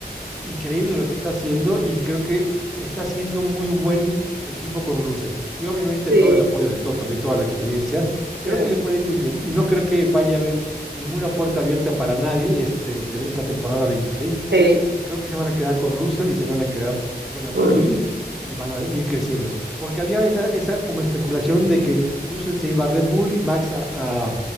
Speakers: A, in the centre; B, on the right (about 85°).
A: increíble lo que está haciendo y creo que está haciendo muy buen equipo con Russell. Y obviamente
B: sí,
A: todo el apoyo de Toto ¿no? y toda la experiencia, creo
B: claro.
A: que le puede ir muy bien. Y no creo que vaya a haber ninguna puerta abierta para nadie este, te- esta temporada 26,
B: Sí.
A: creo que se van a quedar con Russell y se van a quedar con Antonelli
B: Mm,
A: y van a ir creciendo. Porque había esa, esa como especulación de que Russell se iba a Red Bull y Max a, a